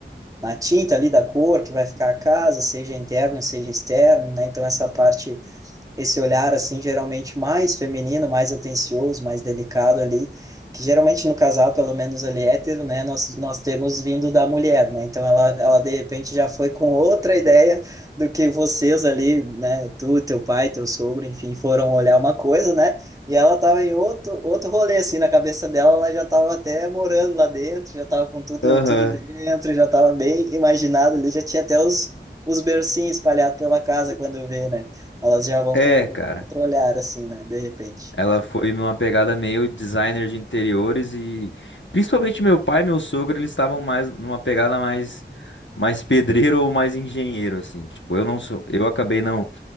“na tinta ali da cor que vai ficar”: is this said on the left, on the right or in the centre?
Right